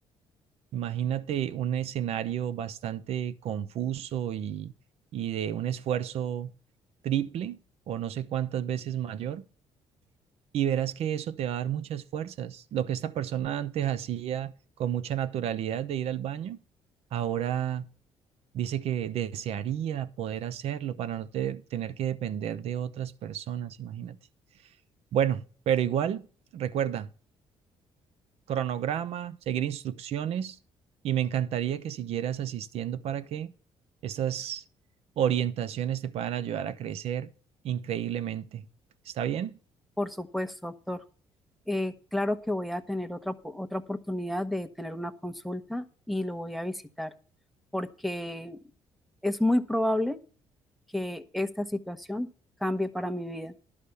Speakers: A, on the right (about 70°); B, in the centre.
A: Imagínate un escenario bastante confuso y, y de un esfuerzo triple o no sé cuántas veces mayor y verás que eso te va a dar muchas fuerzas. Lo que esta persona antes hacía con mucha naturalidad de ir al baño, ahora Dice que desearía poder hacerlo para no te- tener que depender de otras personas, imagínate. Bueno, pero igual, recuerda, cronograma, seguir instrucciones y me encantaría que siguieras asistiendo para que estas orientaciones te puedan ayudar a crecer increíblemente. ¿Está bien?
B: Por supuesto, doctor. Eh, claro que voy a tener otra, otra oportunidad de tener una consulta y lo voy a visitar porque es muy probable que esta situación cambie para mi vida.